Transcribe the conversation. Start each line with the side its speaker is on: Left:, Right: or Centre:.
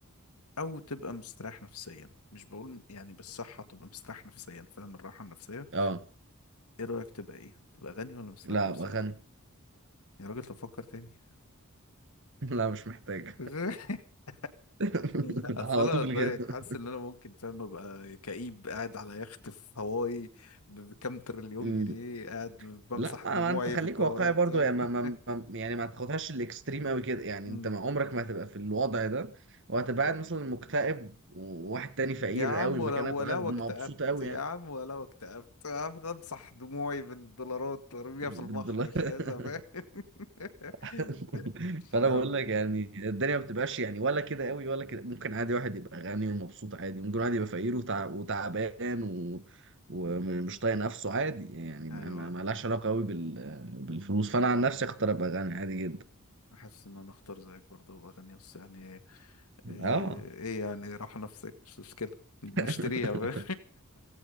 Left: او تبقى مستريح نفسيا مش بقول يعني بالصحه تبقى مستريح نفسيا فاهم الراحه النفسيه
Right: اه
Left: ايه رايك تبقى ايه تبقى غني ولا مستريح
Right: لا
Left: نفسيا
Right: ابقى غني
Left: يا راجل تفكر تاني
Right: <laughs> لا مش محتاج
Left: <laughs>
Right: <laughs>
Left: اصل
Right: على
Left: انا
Right: طول
Left: زيك
Right: كده
Left: حاسس ان انا ممكن فاهم ابقى كئيب قاعد على يخت في هواي ب- بكام تريليون
Right: مم.
Left: جنيه قاعد بمسح
Right: لا
Left: دموعي
Right: ما, ما انت خليك
Left: بالدولارات
Right: واقعي برضو
Left: <laughs>
Right: يعني ما, ما, ما يعني ما تاخدهاش الاكستريم قوي كده يعني
Left: أمم.
Right: انت ما عمرك ما هتبقى في الوضع ده وهتبقى قاعد مثلا مكتئب وواحد تاني فقير
Left: يا عم
Right: قوي
Left: ولا
Right: مكانك
Left: ولو
Right: وقاعد مبسوط
Left: اكتئبت
Right: قوي
Left: يا
Right: يعني
Left: عم ولو اكتئبت هفضل امسح دموعي بالدولارات وارميها
Right: بالدولار
Left: في البحر مش
Right: <laughs>
Left: عايزها فاهم <laughs>
Right: <laughs> فانا
Left: فاهم؟
Right: بقول لك يعني الدنيا ما بتبقاش يعني ولا كده قوي ولا كده ممكن عادي واحد يبقى غني ومبسوط عادي ممكن واحد يبقى فقير وتع... وتعبان و... ومش طايق نفسه عادي يعني ما
Left: ايوه
Right: ما ما لهاش علاقه قوي بال... بالفلوس فانا عن نفسي اختار ابقى غني عادي جدا
Left: احس ان انا اختار زيك برضه بغني بس يعني ايه, إيه
Right: اه
Left: يعني راحة نفسية مش مشكلة بنشتريها
Right: <laughs>
Left: <laughs>